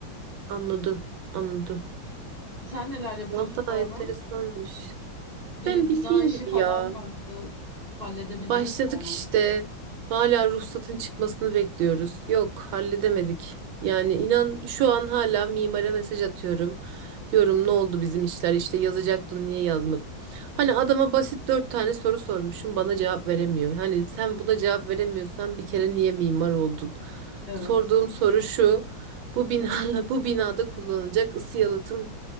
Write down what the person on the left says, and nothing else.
Sen neler yapıyorsun
bu ara?
Bir
bina işi
falan
vardı. Halledebildiniz
mi onu?
Evet.